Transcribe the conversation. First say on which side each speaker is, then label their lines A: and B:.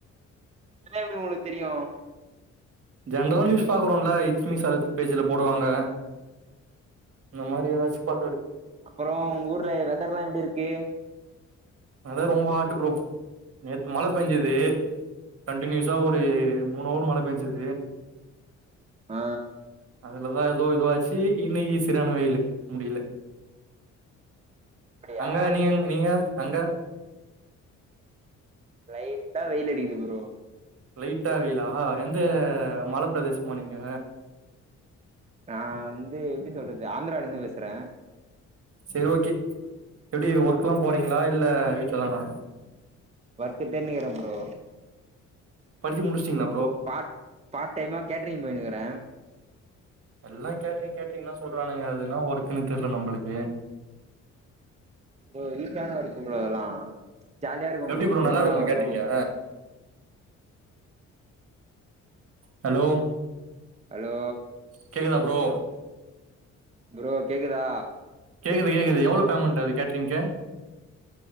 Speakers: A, on the right (about 20°); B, on the right (about 50°).
A: எப்படி உங்களுக்கு தெரியும்
B: ஜென்ரல் நியூஸ் பாக்கரோலை லட்சுமி சரத் பேஜ்ல போடுவாங்க இந்த மாரி ஏதாச்சு பா
A: அப்புறம் ஊர்ல வெதர்லா எப்படி இருக்கு
B: அது ரொம்ப ஆன் ட்டு ப்ரோ நேத்து மழ பெஞ்சது கண்டனியூஸா ஒரு மூணு அவர் மழ பெஞ்சது
A: அ
B: அதுலதா ஏதோ இதுவாச்சு ஈவீனிங்ல செரியான வெயிலு முடியல
A: அப்படியா
B: அங்க நீங்க நீங்க அங்க
A: லைட்டா வெயில் அடிக்குது ப்ரோ
B: லைட்டா வெயிலா எந்த மல பிரதேசமா நீங்க
A: நா வந்து எப்டி சொல்றது ஆந்ரால இருந்து பேசறே
B: செரி ஓகே எப்டி ஒர்க்ல்லா போறீங்ளா இல்ல வீட்லதானா
A: ஒர்க்கு தேடின்னு இருக்கற ப்ரோ
B: படுச்சு முடுச்சுட்டிங்ளா
A: பார்ட் பார்ட் டைம்மா கேட்ரிங் பண்ணி <unintelligible> அ
B: எல்லா கேட்ரீங் கேட்ரீங்னா சொல்றானுங்க அது என்னா ஒர்க்னு தெர்ல நம்ளுக்கு
A: ப்ரோ ஈசியான ஒர்க்கு ப்ரோ அதெல்லா ஜாலியா இருக்கும்
B: எப்டி
A: ப்ரோ பொண்ணுங்கல்லா
B: நல்லா இருக்குமா
A: வரும்
B: கேட்ரிங்கு ஹலோ
A: ஹலோ
B: கேக்குதா புரோ
A: புரோ கேக்குதா
B: கேக்குது கேக்குது எவ்ளோ பேமெண்ட் அது கேட்ரிங்க்கு